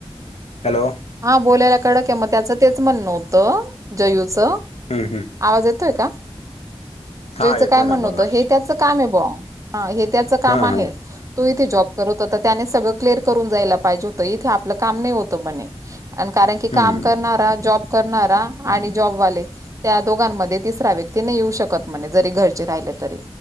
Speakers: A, on the left; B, on the right.
A: हॅलो.
B: हा बोलायला कडं क मग त्याचं तेच म्हण नव्हतं जयूचं
A: हम् हम्.
B: आवाज येतोय का?
A: हा
B: जोईचं
A: येतोय
B: काय म्हणणं
A: ना बोलणं
B: होतं हे त्याच काम आहे ब त्याच काम
A: हा
B: आहे.
A: हा
B: तो इथे जॉब करत होता. त्याने सगळं क्लिअर करून जायला पाहिजे होतं इथे आपलं काम नाही होतं. म्हणे आणि कारण की
A: हम्म
B: काम करणारा जॉब करणारा आणि जॉबवाले. त्या दोघांमध्ये तिसऱ्या व्यक्तीने येऊ शकत म्हणे जरी घरचे राहिले तरी.